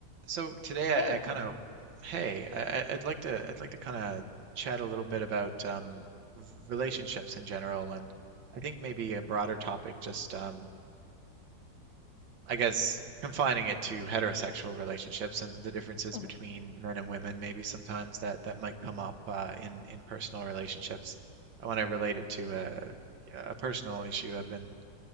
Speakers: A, on the right; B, on the left.
A: So today
B: Hey
A: I,
B: there.
A: I kind of, hey, I, I- I'd like to, I'd like to kind of chat a little bit about um, relationships in general, and I think maybe a broader topic, just um, I guess confining it to heterosexual relationships and the differences
B: Mhm.
A: between men and women, maybe sometimes that that might come up uh, in in personal relationships. I want to relate it to a a personal issue I've been